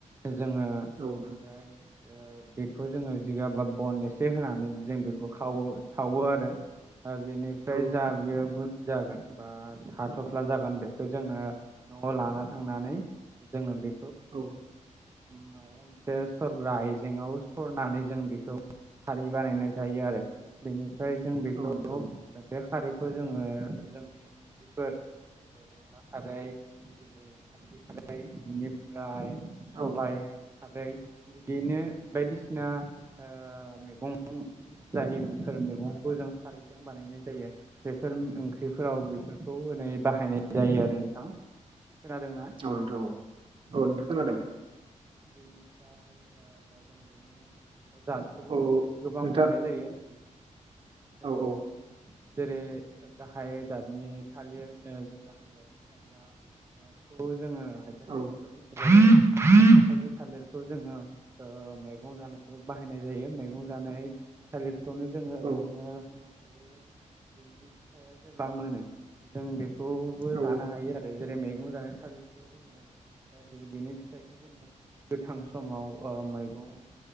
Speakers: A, on the right; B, on the right.
A: जोङो
B: औ औ
A: बेहाय ओ बेखौ जोङो जिगाब बा बन एसे होनानै जों बेखौ खावो सावो आरो। ओ बेनिफ्राय
B: औ
A: जा बियो गुन जागोन बा हाथफ्ला जागोन बेखौ जोङो न'वाव लाना थांनानै। जोङो बे
B: औ।
A: माबा मोनसे सरग्रा आयजेङाव सरनानै जों बेखौ खारि बानायनाय जायो आरो बेनिफ्राय जों बेखौ
B: नोंथां
A: बे खारैखौ जोङो जोंनि ओंख्रिफोर अनला खारै <unintelligible> बिनिफ्राय सबाइ।
B: औ
A: खारै बिदिनो बायदिसिना ओ मैगं जायफोर मैगंखौ जों खारैजों बानायनाय। जायो बेफोर ओंख्रिफोराव बेफोरखौ होनाय बाहायनाय जायो आरो नोंथां। खोनादोंना
B: औ नोंथां औ औ नोंथां खोनादों।
A: ओ बेनिफ्राय ओ जों बिनि जादखौबो
B: औ
A: गोबां
B: नोंथां
A: मोननाय जायो औ।
B: औ औ
A: जेरै गाहाय जाथनि थालिर ओ गाहाय जाथनि थालिरा बेखौ जोङो हायथा
B: औ
A: थालिरबो बुंजायो। खायसे थालिरखौ जोङो ओ मैगं जानो बाहायनाय जायो मैगं जानाय। थालिरखौनो जोङो
B: औ
A: ओरैनो बेनि फिथाइआ जेब्ला मोनो जों बेखौबो
B: औ
A: जानो हायो आरो। जेरै मैगं जानाय थालिरखौ जोङो। ओ बेनि फिथाइखौ जोङो गोथां समाव ओ मैगं